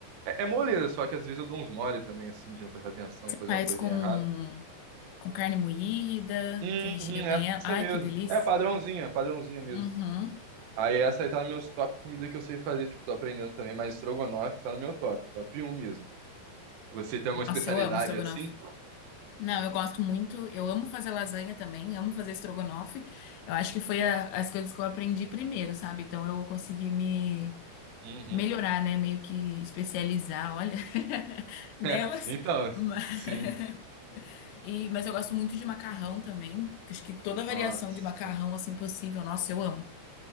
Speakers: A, on the right; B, on the left.
A: é, é moleza, só que às vezes eu dou uns mole também, assim, de não prestar atenção
B: Você
A: e fazer
B: faz
A: uma coisinha
B: com,
A: errada.
B: com carne moída,
A: Uhum,
B: você recheia bem ela.
A: essa
B: Ai,
A: mesmo.
B: que delícia.
A: É padrãozinha, padrãozinha mesmo.
B: Uhum.
A: Aí essa aí tá nos meus top comida que eu sei fazer, tipo, tô aprendendo também, mas estrogonofe tá no meu top, top um mesmo. Você tem alguma
B: Nossa,
A: especialidade
B: eu amo estrogonofe.
A: assim?
B: Não, eu gosto muito. Eu amo fazer lasanha também, amo fazer estrogonofe. Eu acho que foi a- as coisas que eu aprendi primeiro, sabe? Então eu consegui me
A: Uhum.
B: melhorar, né? Meio que especializar, olha, <laughs> nelas.
A: <laughs> Então,
B: Ma- <laughs>
A: sim.
B: E, mas eu gosto muito de macarrão também. Acho que toda variação
A: Nossa,
B: de macarrão
A: sim.
B: assim possível, nossa, eu amo.